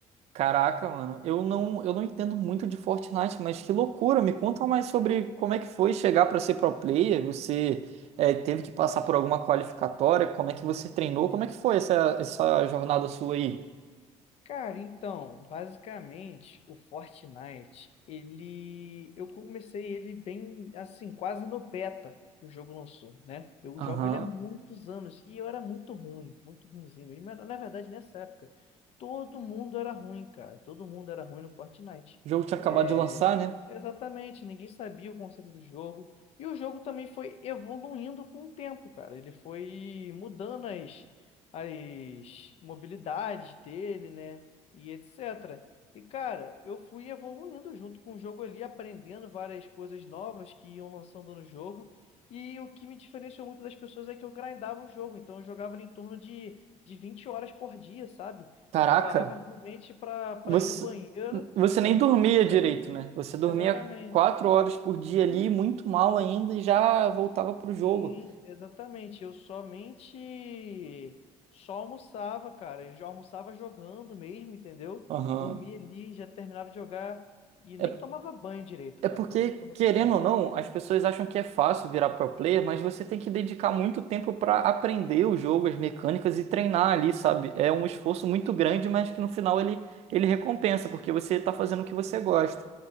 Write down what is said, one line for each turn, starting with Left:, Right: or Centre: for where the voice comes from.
Right: Caraca, mano. Eu não, eu não entendo muito de Fortnite, mas que loucura. Me conta mais sobre como é que foi chegar pra ser pro player. Você é, teve que passar por alguma qualificatória? Como é que você treinou? Como é que foi essa, essa jornada sua aí?
Left: Cara, então, basicamente, o Fortnite, ele, eu comecei ele bem, assim, quase no beta que o jogo lançou, né? Eu
Right: Aham.
Left: jogo ele há muitos anos e eu era muito ruim, muito ruinzinho. E, mas, na verdade, nessa época, todo mundo era ruim, cara. Todo mundo era ruim no Fortnite.
Right: O jogo tinha acabado
Left: É,
Right: de lançar, né?
Left: exatamente, ninguém sabia o conceito do jogo. E o jogo também foi evoluindo com o tempo, cara. Ele foi mudando as as mobilidades dele, né? E etc. E, cara, eu fui evoluindo junto com o jogo ali, aprendendo várias coisas novas que iam lançando no jogo. E o que me diferenciou muito das pessoas é que eu grindava o jogo. Então, eu jogava ali em torno de, de 20 horas por dia, sabe?
Right: Caraca,
Left: Eu só parava realmente para para
Right: você,
Left: ir no banheiro
Right: você nem
Left: e dormir,
Right: dormia direito,
Left: cara.
Right: né? Você dormia
Left: Exatamente.
Right: quatro horas por dia ali, muito mal ainda, e já voltava pro jogo.
Left: Sim, exatamente. Eu somente só almoçava, cara. Eu já almoçava jogando mesmo, entendeu?
Right: Aham.
Left: Dormia ali, já terminava de jogar e
Right: É,
Left: nem tomava banho direito,
Right: é
Left: cara,
Right: porque,
Left: pra você ter noção.
Right: querendo ou não, as pessoas acham que é fácil virar pro player, mas você tem que dedicar muito tempo para aprender o jogo, as mecânicas e treinar ali, sabe? É um esforço muito grande, mas que no final ele, ele recompensa, porque você tá fazendo o que você gosta,